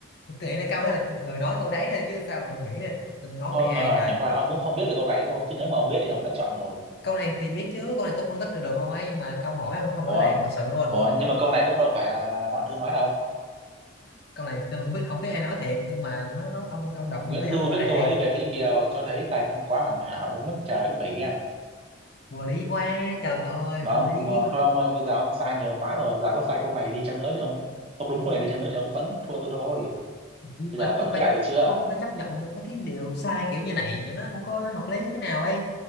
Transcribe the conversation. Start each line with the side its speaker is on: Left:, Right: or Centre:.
Left: tôi nghĩ là câu đó là người nói câu đấy thôi chứ sao mà nghĩ là tôi nói
Right: ờ,
Left: về ai
Right: mà
Left: trời
Right: chẳng qua là ông cũng không biết về câu này đúng không chứ nếu mà ông biết thì ông đã chọn rồi
Left: câu này thì biết chứ câu này tôi phân tích được, được luôn ấy nhưng mà câu hỏi ông không
Right: ủa
Left: rõ ràng thật sự luôn
Right: ủa nhưng mà câu này cũng đâu phải là Hoạn Thư nói đâu
Left: câu này tôi không biết không biết ai nói thiệt nhưng mà nó nó ông ông đọc
Right: Nguyễn
Left: như vậy
Right: Du
Left: không rõ
Right: viết
Left: ràng
Right: câu ấy về Thúy Kiều cho thấy tài năng quá hoàn hảo đến mức trời cũng phải ghen
Left: vô lý quá trời ơi
Right: mà
Left: vô
Right: ông
Left: lý
Right: ờ, thôi ông ơi bây giờ ông sai nhiều quá rồi giờ có sai câu này đi chăng nữa thì ông ông đúng câu này đi chăng nữa thì ông vẫn thua tôi thôi
Left: nhưng
Right: bây
Left: mà
Right: giờ tổng
Left: tôi phải
Right: kết lại được chưa
Left: không có chấp nhận được mấy cái điều sai kiểu như này kiểu nó không có hợp lý thế nào ấy